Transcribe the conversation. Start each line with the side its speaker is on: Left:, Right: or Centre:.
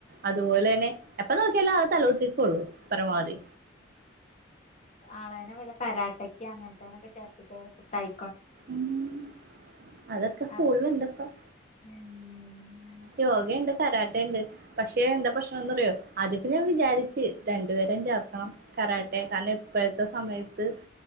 Right: അതുപോലെ തന്നെ എപ്പ നോക്കിയാലും ആ തലക്കത്തിക്കുള്ളൂ പരമാവധി
Left: ആളേനെ വല കരാട്ടക്ക് അങ്ങനത്തേനൊക്കെ ചേർത്തിട്ട പുട്ടായി
Right: ഉം അതൊക്കെ സ്കൂളിലുണ്ട്പ്പം
Left: അതെ <inaudible>
Right: യോഗണ്ട് കരാട്ടണ്ട് പക്ഷെ എന്താ പ്രശ്നംന്ന്റിയോ അതൊക്കെ ഞാൻ വിചാരിച്ച് രണ്ടുപേ പേരെ ചേർക്കാം കരാട്ടെ കാരണം ഇപ്പോഴത്തെ സമയത്ത്